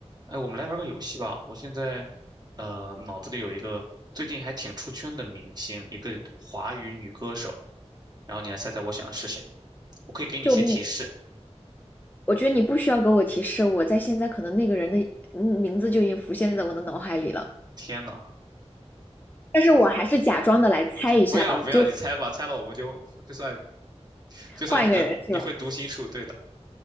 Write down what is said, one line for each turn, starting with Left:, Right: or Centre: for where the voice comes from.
Right: 哎，我们来玩个游戏吧。我现在，呃，脑子里有一个最近还挺出圈的明星，一个华语女歌手，然后你来猜猜我想的是谁。我可以给你一些提示。
Left: 救命！我觉得你不需要给我提示，我在现在可能那个人的嗯名字就已经浮现在我的脑海里了，
Right: 天呐，
Left: 但是我还是假装的来猜一下吧，
Right: 不要不要，
Left: 就
Right: 你猜吧，猜了我们就就算就算你的你会读心术，
Left: 换一个人是吧？
Right: 对的，